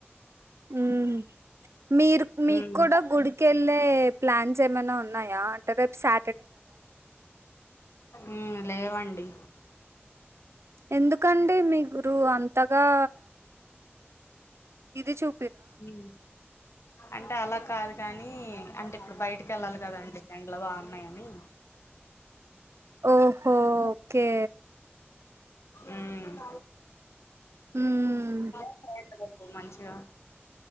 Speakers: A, on the right; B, on the left.
A: ఉమ్ మీర్ మీక్కుడా
B: మ్మ్
A: గుడికెళ్ళే ప్లాన్స్ ఏమైనా ఉన్నాయా అంటే రేప్ సా
B: ఉమ్ లేవండి
A: ఎందుకండి మీగురు అంతగా ఇది చూ
B: ఉమ్ అంటే అలా కాద్ కానీ అంటే ఇప్పుడు బయటికెళ్ళాలి కదాండి ఎండలు బాగున్నాయని
A: ఓహో ఓకే
B: ఉమ్
A: ఉమ్
B: <unintelligible> మంచిగ